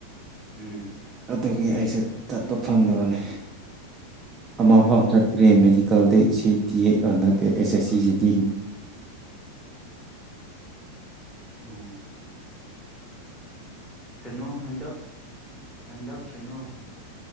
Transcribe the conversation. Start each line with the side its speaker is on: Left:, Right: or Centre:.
Centre: ꯎꯝ
Right: ꯑꯗꯨꯒꯤ ꯑꯩꯁ ꯆꯠꯄ ꯐꯪꯗꯕꯅꯤ ꯑꯃ
Centre: ꯑꯣ
Right: ꯐ ꯆꯇꯔꯤ ꯃ ꯀ ꯁꯤꯇꯤ ꯑꯅꯗ ꯑꯦꯁ ꯑꯦ ꯁꯤꯖꯤꯗꯤ
Centre: ꯎꯝ ꯀꯩꯅꯣ ꯍꯟꯗꯛ ꯍꯟꯗꯛ ꯀꯩꯅꯣ